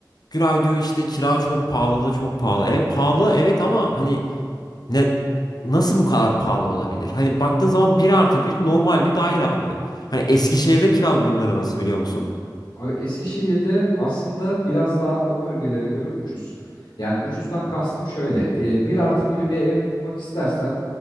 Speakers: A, on the left (about 60°); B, on the left (about 90°).
A: Güray diyor işte kira çok pahalı da çok pahalı. E pahalı evet ama hani ne nasıl bu kadar pahalı olabilir? Hani baktığın zaman bir artı bir normal bir daire abi. Hani Eskişehir'de kira durumları nasıl biliyor musun?
B: A- Eskişehir'de aslında biraz daha o bölgelere göre ucuz. Yani ucuzdan kastım şöyle. E, 1 artı 1'i bir ev tutmak istersen